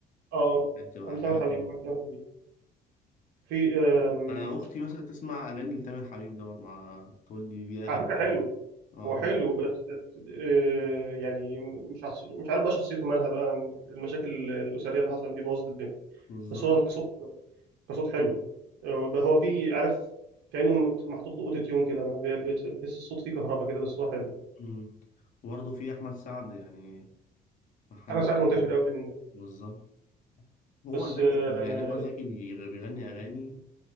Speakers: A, on the right; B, on the left.
A: اه
B: كانت بتبقى
A: قبل سامر
B: حاجة
A: حبيب
B: تانية
A: وبعد سامر حبيب في آم،
B: انا اختي مثلا تسمع اغاني لتامر حبيب دوت مع تقول لي دي اغاني
A: على فكرة حلو
B: جامدة. اه
A: هو حلو بس آه، يعني مش عص- مش عارف بقى شخصيته مالها بقى المشاكل الأسرية اللي حصلت دي بوظت الدنيا
B: بالظبط
A: بس هو كصوت كصوت حلو آه، بقى هو في عارف كأنه مت- محطوط له اوتو تيون كده ما بي- بتحس الصوت فيه كهرباء كده بس هو حلو
B: مم. وبرضه في احمد سعد يعني ما حد
A: انا ساعات منتشر قوي اليومين دول
B: بالظبط هو
A: بس
B: ذكي
A: آه،
B: يعني هو ذكي بيغ- بيغني أغاني